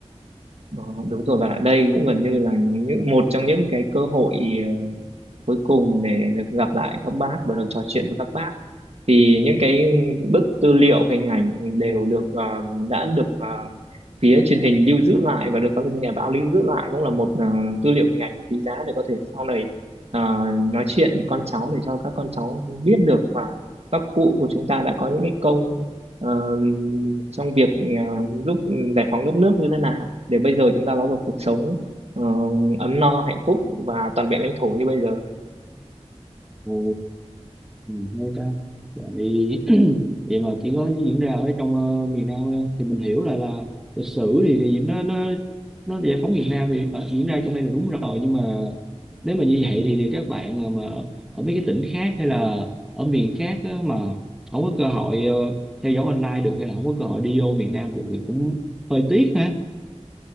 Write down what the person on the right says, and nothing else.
Ờ, đúng rồi và lại đây cũng gần như là những một trong những cái cơ hội cuối cùng để được gặp lại các bác và được trò chuyện với các bác thì những cái bức tư liệu hình ảnh đều được ờ, đã được ờ, phía truyền hình lưu giữ lại và được các nhà báo lưu giữ lại cũng là một ờ, tư liệu hình ảnh quý giá để có thể sau này ờ, nói chuyện với con cháu để cho các con cháu biết được và các cụ của chúng ta đã có những cái công ờ, trong việc ờ, giúp giải phóng đất nước như thế nào để bây giờ chúng ta có một cuộc sống ờ, ấm no hạnh phúc và toàn vẹn lãnh thổ như bây giờ